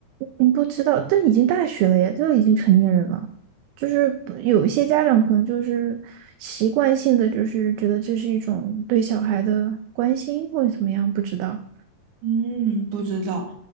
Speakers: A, on the right; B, on the right.
A: 嗯，不知道，但已经大学了呀，就已经成年人了。就是不有一些家长可能就是习惯性的，就是觉得这是一种对小孩的关心或者怎么样，不知道。
B: 嗯，不知道，